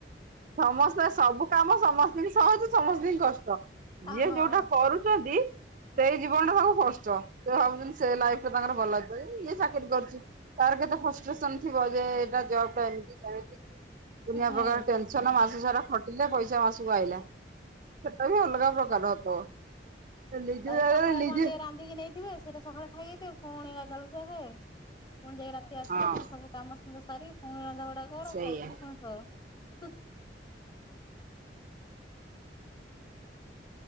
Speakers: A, on the right; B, on the left.
A: ସମସ୍ତେ ସବୁ କାମ ସମସ୍ତଙ୍କୁ ସହଜ ସମସ୍ତଙ୍କୁ କଷ୍ଟ। ଯିଏ
B: ଆ ହଁ
A: ଯୋଉଟା କରୁଚନ୍ତି ସେଇ ଜୀବନ ଟା ତାଙ୍କୁ କଷ୍ଟ ସେ ଭାବୁଚନ୍ତି ସେ ଲାଇଫ ଟା ତାଙ୍କର ଭଲ ଅଛି ଯିଏ ଚାକିରି କରୁଚି। ତାର କେତେ ଫଷ୍ଟ୍ରେସନ ଥିବ ଯେ ଏଟା ଜବ ଟା ଏମତି ସେମିତି ଦୁନିଆ
B: ହୁଁ
A: ପ୍ରକାର ସେ ନା ମାସ ସାରା ଖଟିଲେ ପଇସା ମାସକୁ ଆଇଲା। ସେଟା ବି ଅଲଗା ପ୍ରକାର ଥବ। ନିଜ
B: ଏଇ
A: ଯାଗାରେ
B: ସକାଳେ
A: ନିଯେ
B: କଣ ଟିକେ ରାନ୍ଧିକି ନେଇଥିବେ ସେଇଟା ସକାଳେ ଖାଇଦେଇଥିବେ ପୁଣି ଗାଧୁଆବେଳକୁ ସେୟା ଖାଇବେ ପୁଣି ଯାଇକି ରା ସେ ଆସିଲେ
A: ହଁ
B: ପୁଣି ସବୁ କାମ ସୁନ୍ଦର ସାରିକି ପୁଣି ରନ୍ଧାବଢ଼ା କର
A: ସେଇଆ
B: ଖାଇ ପିଇ ପୁଣି ସୋ। ହୁଁ।